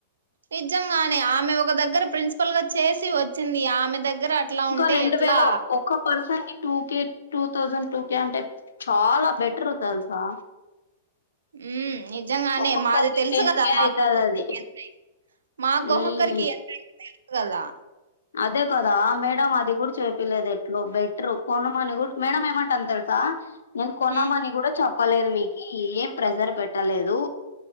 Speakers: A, on the right; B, on the left.
A: నిజంగానే ఆమె ఒక దగ్గర ప్రిన్సిపల్ గా చేసి వచ్చింది ఆమె దగ్గర అట్లా
B: ఇంకా
A: ఉంటే
B: రెండు
A: ఎట్లా
B: వేల ఒక్క percent two K two thousand two K అంటే చాలా బెటర్ తె తెలుసా
A: ఉమ్ నిజంగానే
B: ఒక్కొక్కరికి
A: మాది తెలుసు
B: టెన్
A: కదా
B: కే
A: మా
B: అయితది
A: ఒక్కొక్కరికి
B: అది
A: ఎంత అయంది మాకుక్కొక్కరికి
B: ఉమ్
A: ఎంత అయి దా
B: అదే కదా మేడం అది కూడా చేపలేదు ఎట్లు బెటరు కొనమని కూడా మేడ ఏమంటాని తెలుసా నేను కొనమని
A: ఉమ్
B: కూడా చెప్ప చెప్పలేదు మీకు ఏం ప్రెజర్ పెట్టలేదు